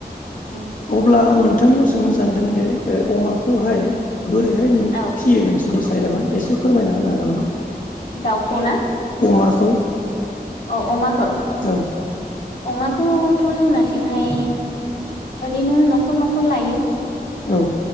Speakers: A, on the left (about 75°); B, on the left (about 55°).
A: औ
B: अब्ला आं नोंथांनियाव सोंनो सानदों दे अमाखौहाय। बोरैहाय नों
A: औ
B: फियो नोंसोरनि साइदआवहाय एसे फोरमायना होनो हागोन ना।
A: अमाखौ ना
B: अमाखौ
A: औ अमाखो।
B: औ
A: अमाखौथ' जोंनाथिंहाय ओरैनो न'खर न'खर लायो।
B: औ।